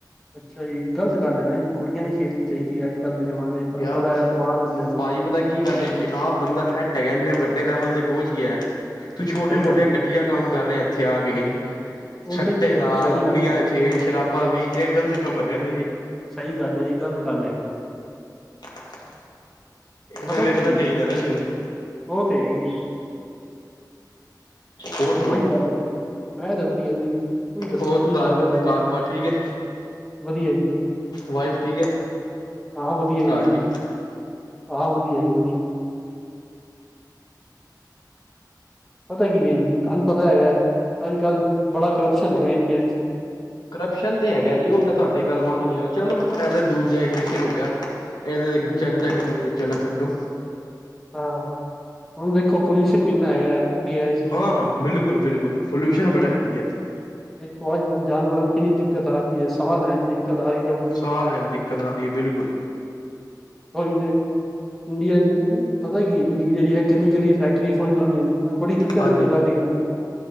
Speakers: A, in the centre; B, on the left.
A: ਅੱਛਾ ਜੀ, ਗ਼ਲਤ ਗੱਲ ਹੈ ਨਾ ਜੀ ਕੁੜੀਆਂ ਨਹੀ ਛੇੜਨੀ ਚਾਹੀਦੀ ਹੈ, ਅੱਜ- ਕੱਲ ਦੇ ਜਮਾਨੇ 'ਚ ਤੁਹਾਨੂੰ
B: ਯਾਰ
A: ਪਤਾ, ਮਾਰ ਦਿੰਦੇ ਨੇ।
B: ਭਾਜੀ ਪਤਾ ਕੀ ਗੱਲ ਹੈ, ਕਿ ਆਹ ਬੰਦਾ ਸੈਟ ਹੈਗਾ, ਇੰਨੇ ਵੱਡੇ ਲੈਵਲ ਤੇ ਪਹੁੰਚ ਗਿਆ, ਤੂੰ ਛੋਟੇ
A: ਸਹੀ
B: ਮੋਟੇ
A: ਗੱਲ
B: ਕਿਆ ਕੰਮ ਕਰ ਰੇਐ ਏਥੇ ਆ ਕੇ, ਏਹੇ
A: ਹੁਣ
B: ਸੱਟੇ
A: ਤੇ
B: ਲਾ
A: ਸਹੀ
B: ਕੁੜੀਆਂ
A: ਗੱਲ ਹੈ,
B: 'ਚ? ਖੇਡ ਸ਼ਰਾਬਾ ਬੀ ਤੇ, ਇਹ ਗ਼ਲਤ ਕੰਮ ਹੈਗਾ ਨਾ ਜੀ
A: ਸਹੀ ਗੱਲ ਹੈ, ਇਹ ਗਲਤ ਗੱਲ ਹੈਗੀ ਹੈ।
B: <inaudible> ਇਹਦੇ
A: ਪਤਾ
B: ਵੇਖਣਾ
A: ਕੀ
B: ਚਾਹੀਦਾ
A: ਹੈ ਜੀ,
B: ਨਾ ਉਹਨੂੰ
A: ਉਹ ਤੇ ਹੈ ਹੀ ਏ
B: ਹੋਰ ਸੁਣਾਓ
A: ਉਹੀ ਗੱਲ, ਮੈਂ ਤਾਂ ਵਧੀਆ ਜੀ। ਤੁਸੀਂ ਦੱਸੋ,
B: ਹੋਰ
A: ਕੀ ਕਰ
B: ਘਰ
A: ਰਹੇ ਹੋ ਭਾਜੀ
B: ਘਰ ਬਾਰ ਠੀਕ ਹੈ
A: ਵਧੀਆ ਜੀ,
B: ਵਾਈਫ ਠੀਕ ਹੈ
A: ਹਾਂ ਵਧੀਆ
B: ਘਰ
A: ਜੀ।
B: ਲਈ
A: ਹਾਂ, ਵਧੀਆ ਜੀ ਵਧੀਆ ਪਤਾ ਕੀ ਹੈ ਜੀ, ਤੁਹਾਨੂੰ ਪਤਾ ਹੈਗਾ, ਅੱਜ- ਕੱਲ੍ਹ ਬੜਾ ਕਰਪਸ਼ਨ ਹੈਗਾ ਇੰਡੀਆ 'ਚ
B: ਕਰਪਸ਼ਨ ਤੇ ਹੈਗਾ ਜੀ, ਉਹ ਮੈਂ ਤੁਹਾਡੀ ਗੱਲ ਮੰਨ ਰਿਹਾ, ਚਲੋ ਇਹ ਦੂਜੇ ਵਿਛੇ ਹੋ ਗਿਆ। ਇਹਦੇ ਤੇ
A: ਹਮ
B: ਚਰਚਾ ਕਰਨੀ, ਤੇ ਚਲੋ ਛੱਡੋ।
A: ਹਾਂ, ਹੁਣ ਦੇਖੋ ਪੋਲਿਊਸ਼ਨ ਕਿੰਨਾ ਹੈਗਾ ਇੰਡੀਆ 'ਚ
B: ਹਾਂ -ਹਾਂ, ਬਿਲਕੁਲ, ਬਿਲਕਲ ਪੋਲਿਊਸ਼ਨ ਬੜਾ ਹੈਗਾ ਜੀ ਇਥੇ
A: ਦੇਖੋ ਅੱਜ -ਕੱਲ੍ਹ ਜਾਨਵਰਾਂ ਦੀ ਕਿੰਨੀ ਦਿੱਕਤ ਆ ਰਹੀ ਹੈ, ਸਾਹ ਲੈਣ ਦੀ ਦਿੱਕਤ ਆ ਰਹੀ ਹੈ।
B: ਸਾਹ ਲੈਣ ਦਿੱਕਤ ਆ ਰਹੀ ਹੈ, ਬਿਲਕੁਲ।
A: ਉਹੀ ਤੇ, ਇੰਡੀਆ 'ਚ ਪਤਾ ਕੀ ਜਿਹੜੀ ਇਕਲੀਆਂ ਇਕੱਲੀਆਂ ਫੈਕਟਰੀਆਂ ਖੋਲ੍ਹੀਆਂ ਜਾਂਦੀਆਂ ਬੜੀ ਦਿੱਕਤ
B: ਹਾਂਜੀ
A: ਅਲਗ,